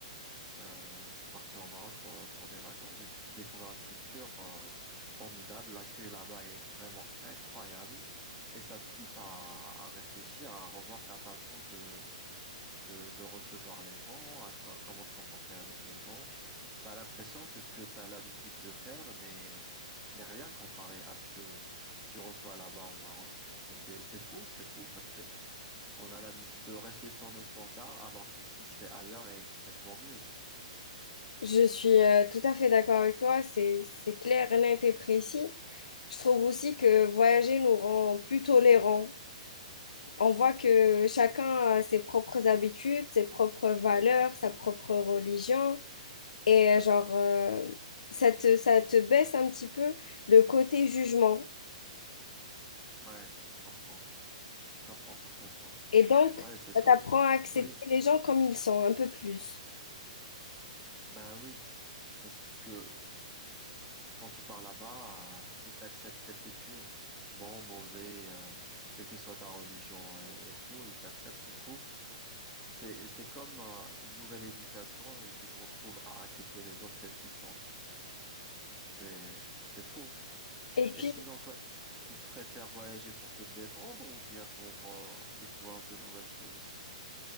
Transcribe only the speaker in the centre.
Euh, je suis parti au Maroc pour, pour des vacances. J'ai découvert une culture euh, formidable. L'accueil là-bas est vraiment incroyable, et ça te pousse à à réfléchir, à revoir ta façon de de, de recevoir les gens, à co- comment te comporter avec les gens. Tu as l'impression que ce que tu as l'habitude de faire n'est, n'est rien comparé à ce que tu reçois là-bas au Maroc. Et c'est, c'est fou, c'est fou parce que on a l'habitude de rester sur nos standards alors que ce qui se fait ailleurs est nettement mieux.
Ouais, je comprends. Je comprends parfaitement.
Ouais, c'est sûr.
Oui,
bah oui. Parce que quand tu pars là-bas, euh, ils t'acceptent tel que tu es. Bon, mauvais, euh, quelle que soit ta religion et, et tout, ils t'acceptent. Du coup, c'est, c'est comme euh, une nouvelle éducation et tu te retrouves à accepter les autres tels qu'ils sont. C'est, c'est fou.
Et sinon, toi, tu préfères voyager pour te détendre ou bien pour euh, découvrir de nouvelles choses?